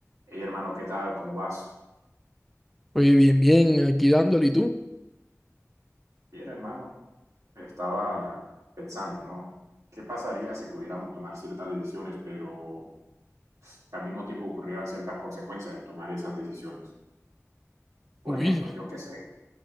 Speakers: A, on the right (about 80°); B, in the centre.
A: Hey hermano, ¿qué tal? ¿Cómo vas?
B: Oye, bien, bien, aquí dándole, ¿y tú?
A: Bien, hermano. Estaba pensando, ¿no? ¿Qué pasaría si pudiéramos tomar ciertas decisiones, pero que al mismo tiempo ocurrieran ciertas consecuencias de tomar esas decisiones? Por
B: Uy,
A: ejemplo, yo qué sé,